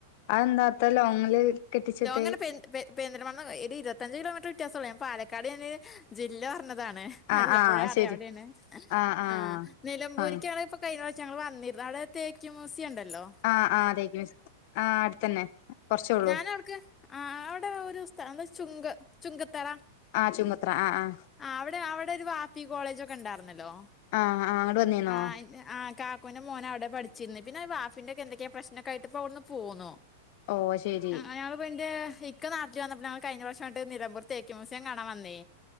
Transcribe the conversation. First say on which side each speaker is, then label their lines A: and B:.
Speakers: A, on the left; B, on the left.
A: അതെന്താ അത്ര ലോങ്ങില് കെട്ടിച്ച് വിട്ടേ.?
B: ലോങ്ങാണ് പെ പെ പെരിന്തൽമണ്ണ ഒരു ഇരുപത്തഞ്ചച് കിലോമീറ്റർ വ്യത്യാസമുള്ളൂ. പാലക്കാട് എന്നൊരു ജില്ല പറഞ്ഞതാണ്.
A: ആഹ്
B: നല്ലപ്പുഴ
A: ആഹ്
B: അറിയാം.
A: ശരി
B: അവിടെയാണ്
A: ആഹ് ആഹ്
B: ആ നിലംമ്പൂരിക്കാണ
A: ആഹ്
B: പ്പോ കഴിഞ്ഞ പ്രാവിശ്യം ഞങ്ങള് വന്നിരുന്നു. അവിടെ തേക്ക് മ്യൂസിയം ഉണ്ടല്ലോ.?
A: ആഹ് ആ അ തേക്ക് മ്യൂസിയം ആ അടുത്തന്നെ. കൊറച്ചേ ഉള്ളൂ
B: ഞാനിടക്ക്, ആ അവിടെ ഒരു സ്ഥലം ചുങ്ക ചുങ്കത്തറ.
A: ആഹ് ചുങ്കത്തറ ആഹ് അ..
B: ആഹാംഅവിടെ. അവിടെ ഒരു പാപ്പി കോളേജൊക്കെ ഉണ്ടായിരുന്നല്ലോ
A: ആഹ് ആഹ് അങ്ങട് വന്നീന്നോ
B: ആ ആ കാ എൻ്റെ മോന് അവിടെ പഠിച്ചിരുന്നു. പിന്നെ ആ വാഫിന്റെ എന്തൊക്കെയോ പ്രശ്‌നോക്കയായിട്ട്, ഇപ്പോ അവിടുന്നു പോന്നു.
A: ഓ ശരി
B: അയാളിപ്പോ എന്റെ ഇക് ഇക്ക നാട്ടിൽ വന്നപ്പോ ഞങ്ങൾ കഴിഞ്ഞ വർഷം അങ്ങോട്ട് നിലമ്പൂർ തേക്ക് മ്യൂസിയം കാണാൻ വന്നേ.